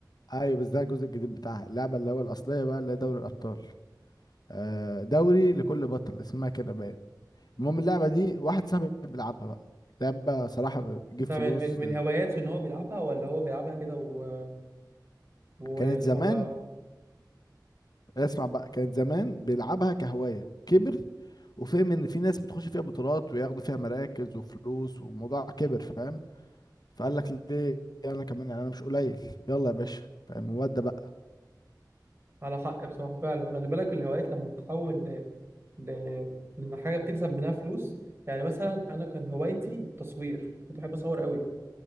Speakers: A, on the left; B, on the right.
A: ايوه بس ده الجزء الجديد بتاعها اللعبه اللي هو الاصليه بقى اللي هي دوري الابطال آه دوري لكل بطل اسمها كده باين المهم اللعبه دي واحد صاحبي بيلعبها بقى لعبه صراحه بتجيب
B: ده
A: فلوس
B: من من- من
A: لل...
B: هواياته ان هو بيلعبها ولا هو بيلعبها كده و... واللي
A: كانت زمان
B: هو
A: اسمع بقى كانت زمان بيلعبها كهواية كبر وفهم ان في ناس بتخش فيها بطولات وياخدوا فيها مراكز وفلوس والموضوع كبر فاهم فقال لك ليه انا كمان يعني انا مش قليل يلا يا باشا فاهم وده بقى
B: على حق بصراحه فعلا خلي بالك الهوايات لما بتتحول ل... ل... لان حاجه بتكسب منها فلوس يعني مثلا انا كان هوايتي التصوير كنت بحب اصور قوي